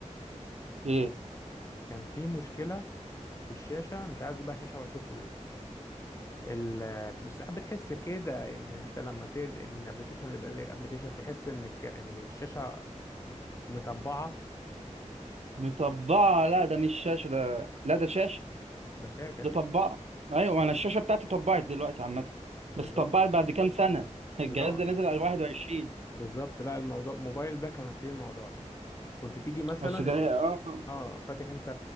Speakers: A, on the right; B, on the left.
A: إيه؟
B: كان في مشكلة في الشاشة مش عارف دي بقى شاشة ولا سوفت وير ال- مش ساعات بتحس كده ان انت لما تنقل من ابلكيشن لابلكيشن تحس ان الك- ان الشاشة م- مطبعة
A: مطبعة لا ده مش شاشة ده لا ده شاشة
B: ده شاشة
A: ده
B: كده
A: طبعة أيوة أنا الشاشة بتاعتي طبعت دلوقتي عامة
B: بالظبط
A: بس طبعت بعد كام سنة <laughs> الجهاز
B: اللي هو
A: ده نزل على 21
B: بالظبط لا الموضوع الموبايل ده كان فيه الموضوع ده كنت تيجي مثلا
A: بس ده
B: انت
A: اه
B: اه فاتح انت